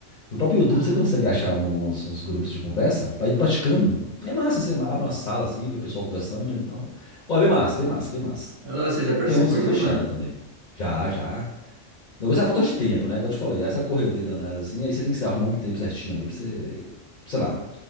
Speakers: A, on the left; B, on the right.
A: No próprio YouTube
B: Ah.
A: você consegue achar uns, uns grupos de conversa pra ir praticando.
B: uhum.
A: E é massa, você abre uma sala assim, vê o pessoal conversando e tal. Ó, é bem massa, bem massa, bem massa.
B: Agora você já participou
A: E tem umas que são
B: de
A: fechadas
B: uma?
A: também. Já, já. O negócio é a falta de tempo, né? Igual eu te falei, essa correria danada assim, aí você tem que se arrumar um tempo certinho ali pra você, sei lá,